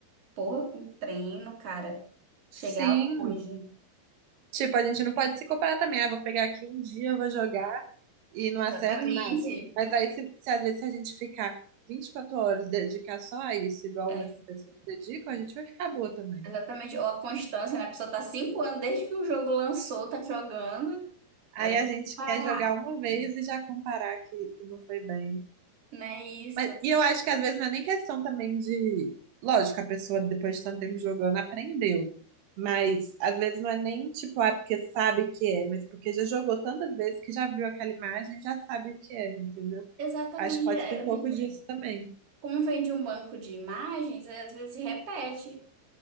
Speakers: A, on the right; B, on the right.
A: porra, com treino, cara, chegar
B: Sim,
A: longe.
B: Tipo, a gente não pode se comparar também. Ah, vou pegar aqui um dia, vou jogar e não
A: Exatamente.
B: acerto nada. Mas aí, se, se às vezes se a gente ficar 24 horas, dedicar só a isso, igual
A: É,
B: essas pessoas dedicam, a gente vai ficar boa também.
A: exatamente. Ou a constância, né? A pessoa tá cinco anos desde que o jogo lançou, tá jogando. Aí
B: Aí
A: vamos
B: a gente
A: parar,
B: quer jogar uma vez e já comparar que, que não foi bem.
A: né? Isso.
B: Mas, e eu acho que às vezes não é nem questão também de. Lógico, a pessoa depois de tanto tempo jogando aprendeu. Mas às vezes não é nem tipo, ah, porque sabe que é, mas porque já jogou tantas vezes que já viu aquela imagem, já sabe o que é, entendeu?
A: Exatamente.
B: Acho que pode
A: é,
B: ter um
A: eu
B: pouco
A: tenho-
B: disso também.
A: Como vem de um banco de imagens, é, às vezes repete.